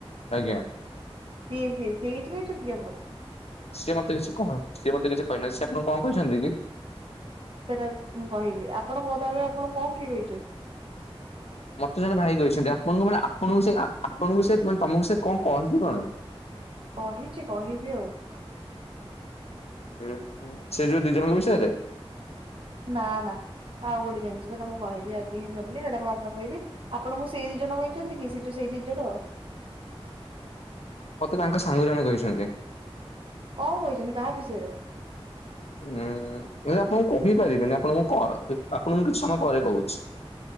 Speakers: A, on the left; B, on the right.
A: ଆଜ୍ଞା।
B: ସିଏ ହି ସିଏ କିଛି କହିଚନ୍ତି କି ଆପଣଙ୍କୁ?
A: ସିଏ ମତେ କିଛି କହ ସିଏ ମତେ କିଛି କହିନାହାଁନ୍ତି। ସିଏ ଆପଣଙ୍କୁ କଣ କହିଚନ୍ତି କି?
B: ସେଇଟା ମୁଁ କହିବି ଆପଣଙ୍କ କୁହନ୍ତୁ ଆପଣଙ୍କୁ କଣ କିଏ କହିଚି?
A: ମତେ ଜଣେ ଭାଇ କହିଛନ୍ତି। ଆପଣଙ୍କୁ ମାନେ ଆପଣଙ୍କୁ ସେ ଆପଣଙ୍କୁ ସେ ମାନେ ତମକୁ ସେ କଣ କହିଛି କଣ?
B: କହିଛି କହିବି ଆଉ।
A: ଉଁ ହୁଁ ସେ ଯୋଉ ଦି ଜଣଙ୍କ ବିଷୟରେ?
B: ନା ନା ଆଉ ଗୋଟେ ଜିନିଷ ସେଟା ମୁଁ କହିବି। ଆଜି ହିଁ ଜାଣିଲି ସେଟା ମୁଁ ଆପଣ କହିବି। ଆପଣଙ୍କୁ ସେଇ ଦି ଜଣ କହିଛନ୍ତି କି ସେ ଯୋ ଉ ସେଇ ଦି ଜଣ?
A: ମତେ ତାଙ୍କ ସାଙ୍ଗ ଜଣେ କହିଛନ୍ତି।
B: କଣ କହିଛନ୍ତି କାହା ବିଷୟରେ?
A: ହୁଁ ମୁଁ ଆପଣଙ୍କୁ କହିପାରିବିନି ଆପଣଙ୍କୁ କ ଆପଣଙ୍କୁ କିଛି ସମୟ ପରେ କହୁଚି।